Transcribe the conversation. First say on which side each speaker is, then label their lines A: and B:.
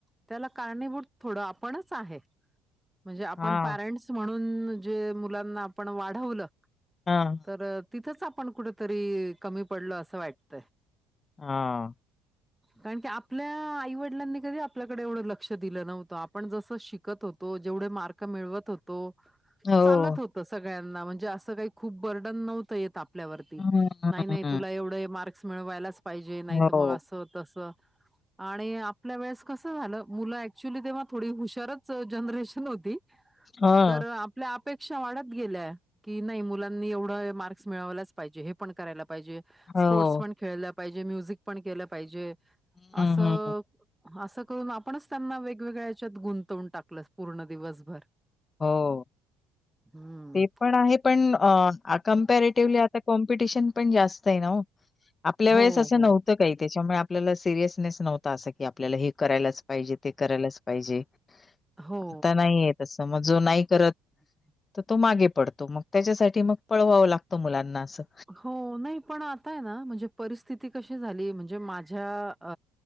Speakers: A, in the centre; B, on the left (about 30°).
A: त्याला कारणीभूत थोड आपणच आहे. म्हणजे आपण
B: हां,
A: पॅरेंट्स म्हणून जे मुलांना आपण वाढवलं,
B: हं,
A: तर तिथंच आपण कुठेतरी कमी पडलो असं वाटतंय.
B: हां.
A: कारण की आपल्या आईवडिलांनी कधी आपल्याकडे एवढं लक्ष दिलं नव्हतं. आपण जसं शिकत हो तो, जेवढे मार्क मिळवत होतो
B: हो.
A: चालत होत सगळ्यांना. म्हणजे असं काही खूप बर्डन नव्हतं येत आप पल्यावरती.
B: हं, हं,
A: नाही नाही
B: हं.
A: तुला एवढे मार्क्स मिळवायलाच पाहिजे. नाहीत
B: हो.
A: मग असं तसं आणि आपल्या वेळेस कसं झालं मुलं ऍक्च्युली तेव्हा थोडी हुशारच जनरेशन होती.
B: हां.
A: तर आपल्या अपेक्षा वाढत गेल्या. की नाही मुलांनी एवढ मार्क्स मिळवलाच पाहिजे, हे पण करायला पाहिजे.
B: हो.
A: स्पोर्ट्स पण खेळल्या पाहिजे म्युझिक पण केलं पाहिजे
B: हं,
A: असं
B: हं.
A: असं करून आपणच त्यांना वेगवेगळ्या याच्यात गुंतवून टाकलं पूर्ण दिवसभर
B: हो
A: हम्म.
B: ते पण आहे पण कम्पॅरेटिव्हली आता कॉम्पिटिशन पण जास्त आहे ना ओ आपल्या
A: हो,
B: वेळेस असं
A: हो,
B: नव्हतं का त्याच्यामुळे आपल्याला सिरियसनेस नव्हता असं की आपल्याला हे करायलाच पाहिजे ते करायलाच पाहिजे
A: हो.
B: आता नाहीये तस मग जो नाही करत
A: हम् <unintelligible>
B: तर तो मागे पडतो मग त्याच्यासाठी मग पळवावं लागतं मुलांना असं.
A: हो नाही पण आता आहे ना म्हणजे परिस्थिती कशी झाली म्हणजे माझ्या अ